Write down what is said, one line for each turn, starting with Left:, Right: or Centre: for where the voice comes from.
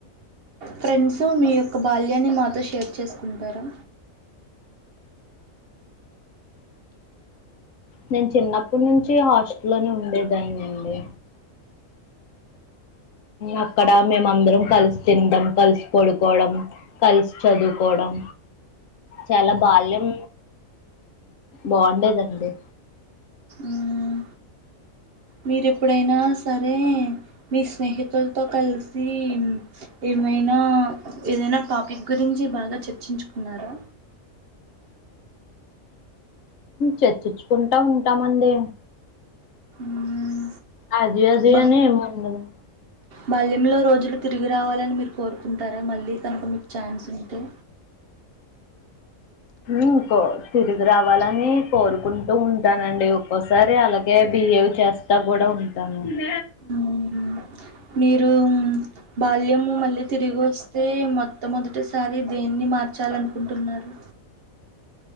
Right: ఫ్రెండ్స్ మీ యొక్క బాల్యాన్ని మాతో షేర్ చేస్ ఉంటారా
Left: నేను చిన్నప్పటి నుంచి హాస్టల్ లోని ఉండేదాన్ని అండి. అక్కడ మేమ అందరం కలిసి తింటాం. కలిసి పడుకోవడం కలిసి చదువుకోవడం చాలా బాల్యం బాగుండేదండి.
Right: మ్మ్ మీరు ఎప్పుడైనా సరే మీ స్నేహితులతో కలిసి ఏమైనా ఏదైనా టాపిక్ గురించి బాగా చర్చించుకున్నారా.
Left: చర్చించుకుంటా ఉంటామండి.
Right: మ్మ్
Left: అది అది
Right: బా
Left: అని ఏమ్ ఉండదు.
Right: బాల్యంలో రోజులు తిరిగి రావాలని మీరు కోరు కుంటారా మళ్ళీ కనుక మీకు ఛాన్స్ ఉంటే
Left: ఇంకో తిరిగి రావాలని కోరుకుంటూ ఉంటానండి. ఒక్కోసారి అలాగే బిహేవ్ చేస్తా కూడా ఉంటానండి.
Right: మ్మ్ మీరు బాల్యము మళ్ళీ తిరిగి వస్తే మొట్టమొదటిసారి దేన్ని మార్ చాలనుకుంటున్నారు.